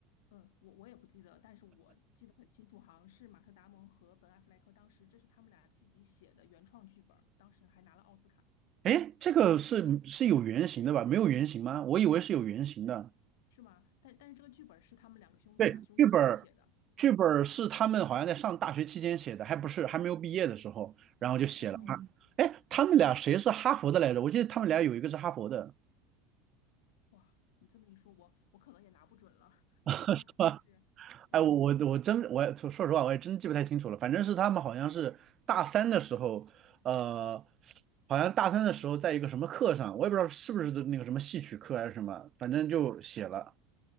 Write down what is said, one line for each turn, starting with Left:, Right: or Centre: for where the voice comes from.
Left: 嗯，我我也不记得，但是我记得很清楚，好像是马特·达蒙和本·阿弗莱克当时这是他们俩自己写的原创剧本儿，当时还拿了奥斯卡，
Right: 哎，这个是是有原型的吧？没有原型吗？我以为是有原型的。
Left: 是吗？但但是这个剧本是他们两个兄两兄弟一起写的，
Right: 对，剧本儿，
Left: 对，
Right: 剧本儿是他们好像在上大学期间写的，还不是还没有毕业的时候，然后就写了哈。
Left: 哦哦，
Right: 嗯哎，他们俩谁是哈佛的来着？我记得他们俩有一个是哈佛的，
Left: 哇，你这么一说，我我可能也拿不准了，<laughs> 但是他就是。
Right: <laughs> 啊哎，
Left: 嗯，
Right: 我我我真我也说说实话，我也真记不太清楚了。反正是他们好像是大三的时候，呃，好像大三的时候在一个什么课上，我也不知道是不是那个什么戏曲课还是什么，反正就写了。